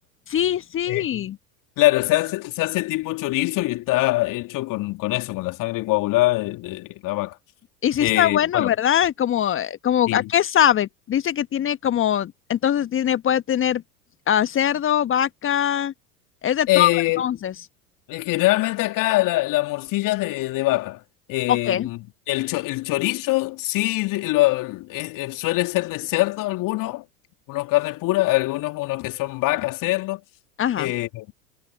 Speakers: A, on the left; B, on the left.
A: Sí, sí.
B: <laughs> Claro, se hace, se hace tipo chorizo y está hecho con, con eso, con la sangre coagulada de, de la vaca.
A: Y sí
B: Eh,
A: está bueno,
B: bueno,
A: ¿verdad? Como, eh, como,
B: sí.
A: ¿a qué sabe? Dice que tiene como, entonces tiene, puede tener ah, cerdo, vaca, es de
B: Eh,
A: todo entonces.
B: eh, generalmente acá la, la morcilla es de, de vaca. Eh,
A: Ok.
B: el, cho- el chorizo sí lo- eh, eh, suele ser de cerdo algunos, unos carne pura, algunos unos que son vaca, cerdo.
A: Ajá.
B: Eh,